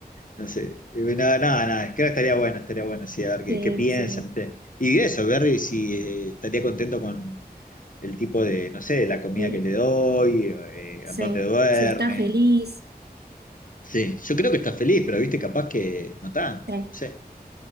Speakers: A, on the left (about 55°); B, on the right (about 80°).
A: no sé, Y nada, nada, nada, creo que estaría bueno, estaría bueno, sí, a ver
B: Sí,
A: qué, qué piensan,
B: sí,
A: ¿viste? Y eso, Berry, si estaría contento con el tipo de, no sé, la comida
B: de-
A: que le doy, eh,
B: sí.
A: a dónde duerme.
B: Si está feliz,
A: Sí, yo creo que está feliz, pero viste, capaz que no tanto,
B: sí,
A: no sé,